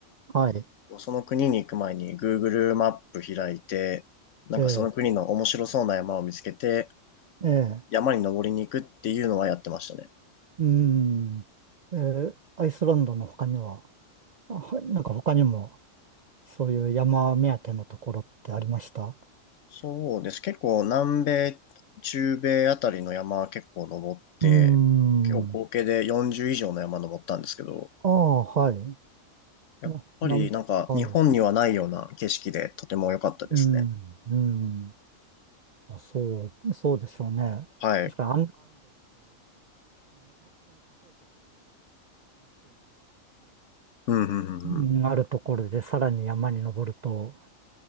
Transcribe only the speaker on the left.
その国に行く前に Google マップ開いて、なんかその国の面白そうな山を見つけて、
山に登りに行くっていうのはやってましたね。
そうです。結構南米、中米あたりの山は結構登って、
結構合計で40以上の山登ったんですけど、
やっぱりなんか日本にはないような景色でとても良かったですね。
はい。
うん、うん、うんうん。